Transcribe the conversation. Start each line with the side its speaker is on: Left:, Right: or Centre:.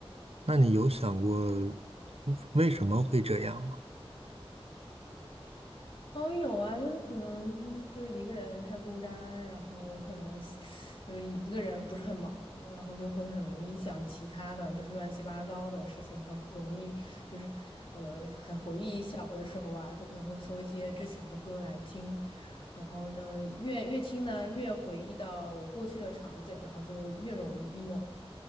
Right: 那你有想过为什么会这样吗？
Left: 哦，有啊，就是可能就是一个人太孤单，然后可能喜就是一个人不是很忙，然后就会很容易想其他的，就是乱七八糟的事情，很容易就是呃，很回忆小的时候啊，就可能会搜一些之前的歌来听，然后呢，越越听呢，越回忆到过去的场景，然后就越容易 emo。